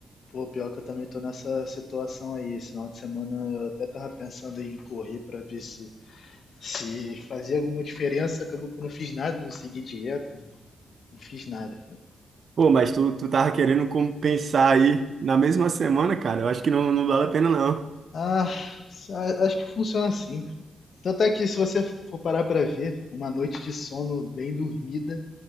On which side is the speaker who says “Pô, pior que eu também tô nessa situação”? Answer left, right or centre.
Left